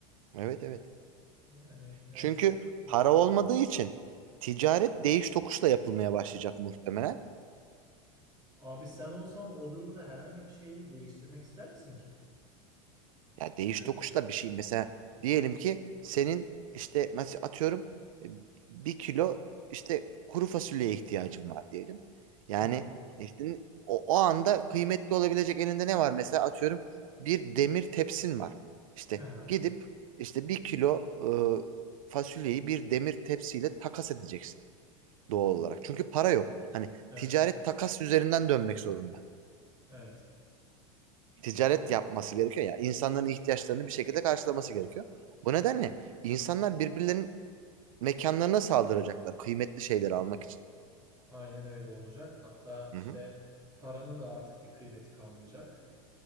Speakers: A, on the right (about 80°); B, on the right (about 25°).
A: Evet evet.
B: Yani evet.
A: Çünkü
B: sıkıntı.
A: para olmadığı için ticaret değiş tokuşla yapılmaya başlayacak muhtemelen.
B: Abi sen olsan o durumda herhangi bir şeyi değiştirmek ister misin ki?
A: Ya değiş tokuşla
B: Evet.
A: bir şey mesela diyelim ki senin işte mesela atıyorum e, bir kilo işte kuru fasulyeye ihtiyacın var diyelim. Yani
B: Tamam.
A: işte o, o anda kıymetli olabilecek elinde ne var mesela atıyorum bir demir tepsin var. İşte
B: Aha.
A: gidip işte bir kilo e, fasulyeyi bir demir tepsiyle takas edeceksin. doğal olarak. Çünkü para yok. Hani
B: Evet,
A: ticaret takas üzerinden dönmek zorunda.
B: evet.
A: Ticaret
B: Ama
A: yapması gerekiyor ya. insanların ihtiyaçlarını bir şekilde karşılaması gerekiyor. Bu nedenle insanlar birbirlerinin mekanlarına saldıracaklar kıymetli şeyleri almak için.
B: aynen öyle olacak. Hatta
A: Hı
B: işte
A: hı.
B: paranın da artık bir kıymeti kalmayacak.